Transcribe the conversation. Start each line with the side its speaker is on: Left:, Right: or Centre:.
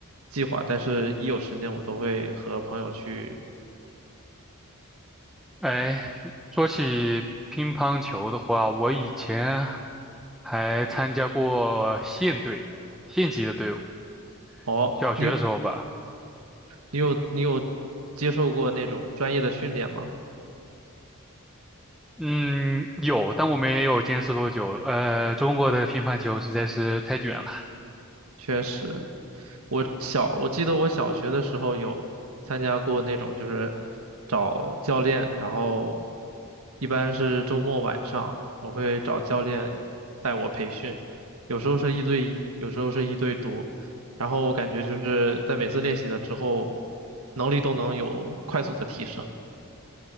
Right: 计划，但是一有时间我都会和朋友去。
Centre: 哎，说起乒乓球的话，我以前还参加过县队、县级的队伍，
Right: 哦，
Centre: 小学的时候吧。
Right: 你你有你有接受过那种专业的训练吗？
Centre: 嗯，有，但我没有坚持多久。呃，中国的乒乓球实在是太卷了。
Right: 确实，我小我记得我小学的时候有参加过那种，就是找教练，然后一般是周末晚上，我会找教练带我培训，有时候是一对一，有时候是一对多，然后我感觉就是在每次练习了之后，能力都能有快速的提升。